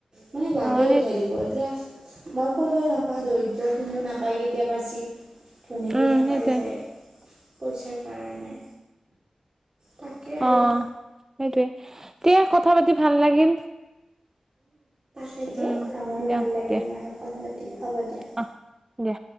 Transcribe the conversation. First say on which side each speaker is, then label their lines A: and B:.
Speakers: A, on the right; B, on the right.
A: মানে লাগে
B: অ সেই
A: উঠাই দিব এতিয়া মই ক'লোৱৱেই নহয় দৰিদ্ৰখিনিও নাপায় কেতিয়াবা চিট ধনীখিনিয়ে
B: উম সেইটোৱে
A: পাই যায় পইচাৰ কাৰণে
B: <inaudible>
A: তাকে আৰু
B: অ সেইটোৱে তেয়া কথা পাতি ভাল লাগিল
A: সেইটো
B: উম
A: ভামৰো
B: দিয়া
A: ভাল লাগিল
B: দিয়া
A: তোমাৰ লগপ কথা পাতি হ'ব দিয়া
B: অ দিয়া